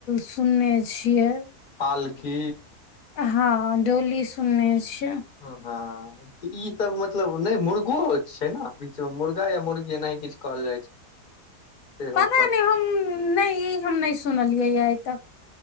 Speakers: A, on the left; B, on the left.
A: सुनने छियै
B: पालखी
A: हँ डोली सुनने छियै
B: ह हँ ऽ ई सब मतलब नहि मुर्गो होत छै ने बीच मे मुर्गा या मुर्गी किछु कहल जाई छै सेहो
A: पता
B: पर
A: नहि नहि ई हम नहि सुनलियै यऽ आइ तक